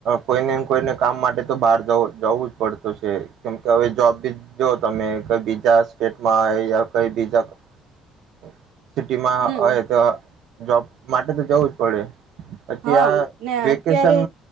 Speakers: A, on the right (about 65°); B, on the right (about 80°).
A: કોઈને કોઈને કામ માટે તો બહાર જવ જવું જ પડતું છે. કેમ કે, હવે જોબ બી જો તમે કઈ બીજા સ્ટેટમાં આવે કઈ બીજા <unintelligible> સિટી માં
B: હમ
A: હોય તો જોબ માટે તો જવું જ પડે. પછી,
B: હા
A: આ
B: ને
A: વેકેશન
B: અત્યારે